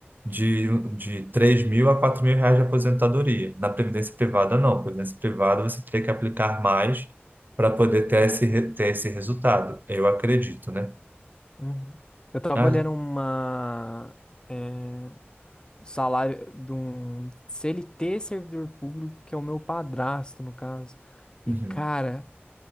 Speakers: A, on the right; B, on the left.
A: de, de 3 mil a 4 mil reais de aposentadoria. Na Previdência Privada, não. Previdência Privada, você teria que aplicar mais para poder ter esse, re- ter esse resultado. Eu acredito, né?
B: Uhum. Eu tava
A: Ah,
B: olhando uma, é, o salário de um CLT servidor público, que é o meu padrasto, no caso.
A: uhum.
B: E, cara,